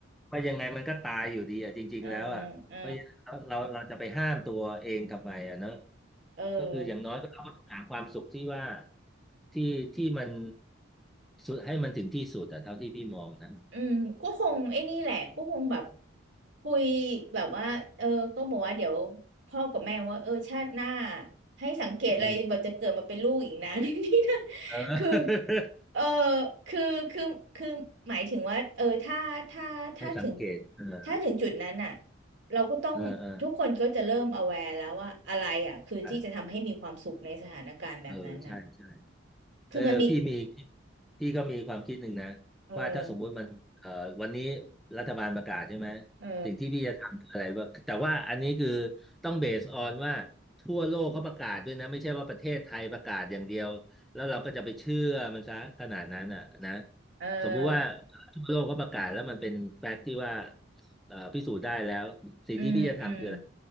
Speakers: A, in the centre; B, on the right.
A: ก็ยังไงมันก็ตายอยู่ดีอ่ะจริงๆแล้วอ่ะเพราะฉะนั้นเราเราจะไปห้ามตัวเองทำไมอ่ะเนอะ
B: เออเออ
A: ก็คืออย่างน้อยก็เราก็ต้องหาความสุขที่ว่าที่ที่มันสุดให้มันถึงที่สุดอ่ะเท่าที่พี่มองนะ
B: อืมก็คงไอ้นี่แหละก็คงแบบคุยแบบว่าเออก็บอกว่าเดี๋ยวพ่อกับแม่ว่าเออชาติหน้าให้สังเกตอะไรแบบจะเกิดมาเป็นลูกอีกนะ
A: อืม
B: <laughs> นี่นะ
A: เออ
B: คือเออคือคือคือหมายถึงว่าเออถ้าถ้าถ้าถึง
A: <laughs> ให้สังเกตเออ
B: ถ้าถึงจุดนั้นอ่ะเราก็ต้องทุกคนก็จะเริ่ม
A: เออเออ
B: aware แล้วว่าอะไรอ่ะคือที่จะทำให้มีความสุขในสถานการณ์แบบนั้นอ่ะ
A: อ่ะเออใช่ใช่
B: คือมันมี
A: เออพี่มีพี่ก็มีความคิดหนึ่งนะ
B: เออ
A: ว่าถ้าสมมุติมันเอ่อวันนี้รัฐบาลประกาศใช่ไหม
B: เออ
A: สิ่งที่พี่จะทำคืออะไรว่าแต่ว่าอันนี้คือต้องเบสออนว่าทั่วโลกเขาประกาศด้วยนะไม่ใช่ว่าประเทศไทยประกาศอย่างเดียวแล้วเราก็จะไปเชื่อมันซะขนาดนั้นอ่ะนะ
B: เออ
A: สมมุติว่าทั่วโลกเขาประกาศแล้วมันเป็นแฟกต์ที่ว่า เอ่อพิสูจน์ได้แล้วสิ่งที่พี่จะทำคืออะไร
B: อืมอืม